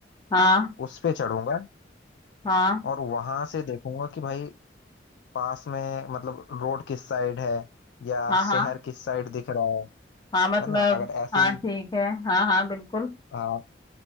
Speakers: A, on the left (about 20°); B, on the left (about 75°).
A: हाँ
B: उस पे चढ़ूंगा
A: हाँ
B: और वहां से देखूंगा कि भाई पास में मतलब रोड किस साइड है या
A: हाँ
B: शहर
A: हाँ
B: किस साइड दिख रहा है
A: हाँ मतलब
B: है ना अगर ऐसे
A: हाँ
B: ही
A: ठीक है हाँ हाँ बिल्कुल
B: हाँ,